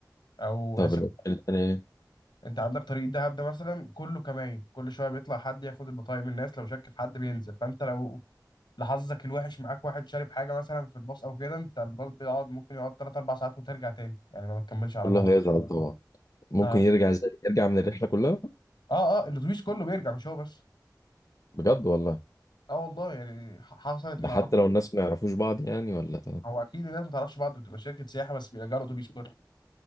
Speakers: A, on the left (about 85°); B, on the left (about 55°).
A: او
B: طب
A: س-
B: الاوبشن التاني ايه
A: انت عندك طريق دهب ده مثلا كله كماين كل شويه بيطلع حد ياخد البطايق من الناس لو شك في حد بينزل فانت لو لحظك الوحش معاك واحد شارب حاجه مثلا في الباص او كده انت الباص بيقعد ممكن يقعد 3 4 ساعات وترجع تاني يعني ما بتكملش على
B: كله
A: ده
B: هيزعل طبعا ممكن
A: اه
B: يرجع ازاي يرجع من الرحلة كلها
A: اه, آه الاتوبيس كله بيرجع مش هو بس
B: بجد والله
A: اه والله يعني ح- حصلت
B: ده
A: مع
B: حتى لو الناس ما يعرفوش بعض يعني ولا
A: هو اكيد الناس ما تعرفش بعض بتبقى شركه سياحه بس بيرجعوا الاتوبيس كله